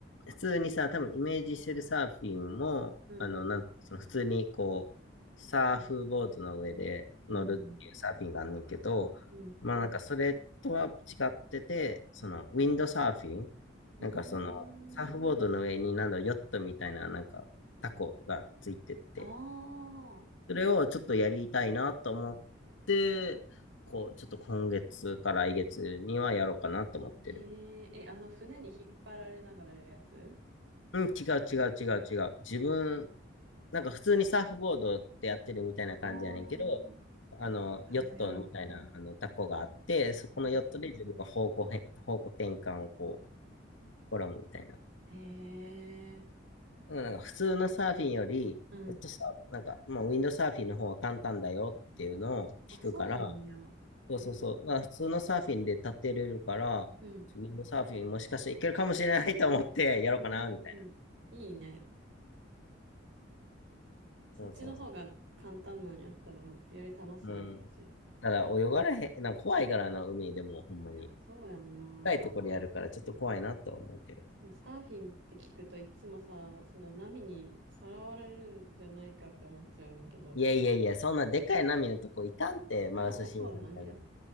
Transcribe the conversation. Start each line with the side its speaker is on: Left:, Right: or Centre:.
Left: 普通にさ、多分イメージしてるサーフィンも、
Right: うん、
Left: あの、なん、その普通にこう、サーフボードの上で乗るっていうサーフィンがあんねんけど、
Right: うん、うん。うん。
Left: まあなんかそれとは違ってて、そのウィンドサーフィン、
Right: うーん。
Left: なんかそのサーフボードの上になんだろう、ヨットみたいななんかタコがついてって、
Right: ああ、
Left: それをちょっとやりたいなと思って、こう、ちょっと今月か来月にはやろうかなと思ってる。
Right: へえ、え、あの船に引っ張られながらやるやつ
Left: うん、違う違う違う違う。自分、なんか普通にサーフボードってやってるみたいな感じやねんけど、
Right: ああー、
Left: あの、
Right: 風を。
Left: ヨットみたいな、あの、タコがあって、そこのヨットで自分が方向変、
Right: はい。
Left: 方向転換をこう、試むみたいな。
Right: へえ、
Left: でもなんか普通のサーフィンより、
Right: うん。
Left: ヨットサーフなんか、まあ、ウィンドサーフィンの方が簡単だよっていうのを聞くから、
Right: あ、そうなんや。
Left: そうそうそう、
Right: へえ、
Left: まあ、普通のサーフィンで立てれるから、
Right: うん。
Left: ウィンドサーフィンもしかしたらいけるかもしれないと思ってやろうかな、
Right: うん。
Left: みたいな。
Right: いいね。そっちの方が簡単なんやったら、
Left: そうそうそ
Right: より楽しいやろし。
Left: う。うん。ただ泳がれへん、なんか怖いからな、海でもほんまに。
Right: いや、そうやんな。
Left: 深いところやるからちょっと怖いなとは思うけど。
Right: でもサーフィンって聞くといつもさ、その波にさらわれるんじゃないかって思っちゃうねんけど。
Left: いやいやいや、そんなでかい波のとこ行かんって、まだ初心者になる。
Right: <laughs> あ、そうなんや。